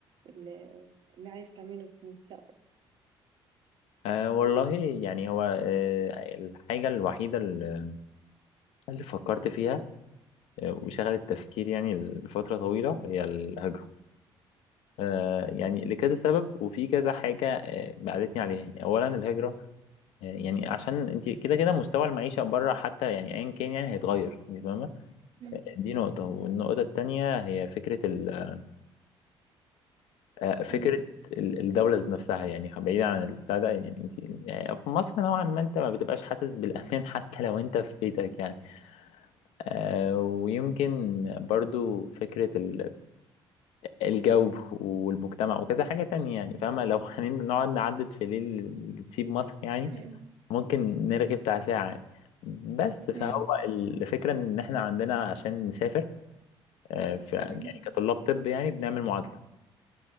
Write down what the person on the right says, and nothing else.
اللي, اللي عايز تعمله في المستقبل
مم.
مم.
مم.
مم.
مم.